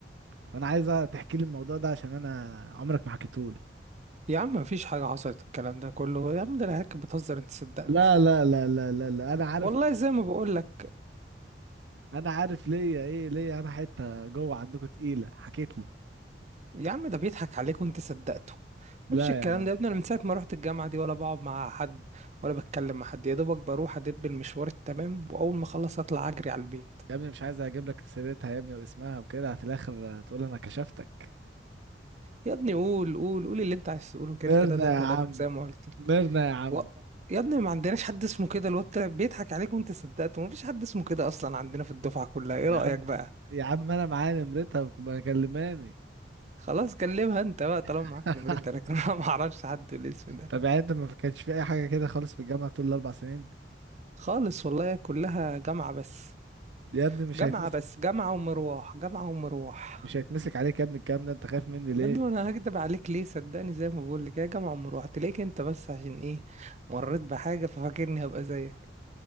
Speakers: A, on the right; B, on the right.
A: فأنا عايزة تحكي لي الموضوع ده عشان أنا عمرك ما حكيتهولي
B: يا عم مفيش حاجة حصلت الكلام ده كله يا عم ده العيال كانت بتهزر انت صدقت
A: لا لا لا لا لا لا أنا عارف
B: والله زي ما بقول لك
A: أنا عارف ليا إيه ليا أنا حتة جوه عندكم تقيلة حكيت لي
B: يا عم ده بيضحك عليك وانت صدقته
A: لا
B: مفيش الكلام
A: يا عم
B: ده يا ابني انا من ساعه ما روحت الجامعه دي ولا بقعد مع حد ولا بتكلم مع حد يا دوبك بروح ادب المشوار التمام واول ما اخلص اطلع اجري على البيت
A: يا ابني مش عايز أجيب لك سيرتها يا ابني واسمها وكده في الآخر تقول أنا كشفتك
B: يا ابني قول قول قول اللي انت عايز تقوله كده
A: ميرنا
B: كده ده كلام
A: يا عم
B: زي ما قلت
A: ميرنا
B: لك.
A: يا عم
B: و... يا ابني ما عندناش حد اسمه كده الواد طلع بيضحك عليك وانت صدقته مفيش حد اسمه كده اصلا عندنا في الدفعه كلها ايه
A: يا
B: رايك
A: عم
B: بقى
A: يا عم أنا معايا نمرتها ما كلماني
B: خلاص كلمها انت بقى طالما
A: <laughs>
B: معاك نمرتها لكن انا <laughs> ما اعرفش حد بالاسم ده
A: طب يعني أنت ما كانش في أي حاجة كده خالص في الجامعة طول الأربع سنين
B: خالص والله كلها جامعه بس
A: دي يا ابني مش
B: جامعة
A: هيتنسي
B: بس جامعة ومروح جامعة ومروح
A: مش هيتمسك عليك يا ابني الكلام ده انت خايف مني ليه
B: يا ابني انا هكدب عليك ليه صدقني زي ما بقول لك يا جامعة ومروح تلاقيك انت بس عشان ايه مريت بحاجة ففاكرني هبقى زيك